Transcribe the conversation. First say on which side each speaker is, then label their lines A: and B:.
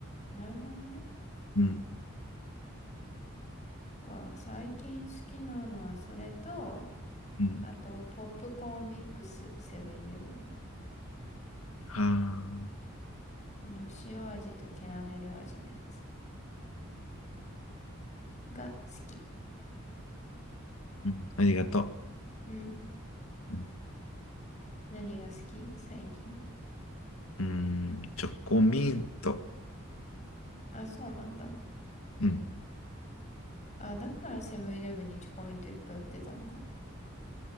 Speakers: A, on the left; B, on the left.
A: なるほどね。
B: うん。
A: なんか、最近好きなのはそれと、
B: うん。
A: あと、ポップコーンミックス、セブンイレブンの。
B: はあ。
A: あの塩味とキャラメル味のやつが好き。
B: うん。ありがと
A: うん。
B: う。うん。
A: 何が好き最近。
B: うーんチョコミント。
A: あ、そうなんだ。
B: うん。
A: あ、だからセブンイレブンにチョコミントいっぱい売ってたのかな。